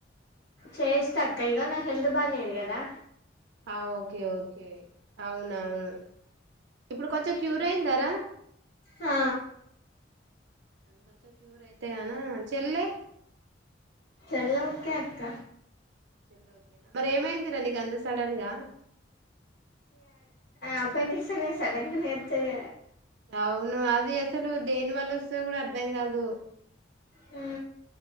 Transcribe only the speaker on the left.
చేస్తా కైగా నా హెల్త్ బాలేదు గదా
ఆ
హలో ఓకే అక్క
అపెడిక్స్ అ సడంగానే ఇతుంది
అ